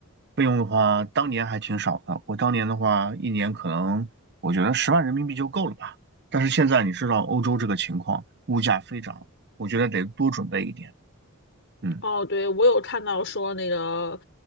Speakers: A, on the right; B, on the left.
A: 费用的话，当年还挺少的。我当年的话，一年可能我觉得十万人民币就够了吧。但是现在你知道欧洲这个情况，物价飞涨，我觉得得多准备一点。嗯，
B: 哦，对，我有看到说那个，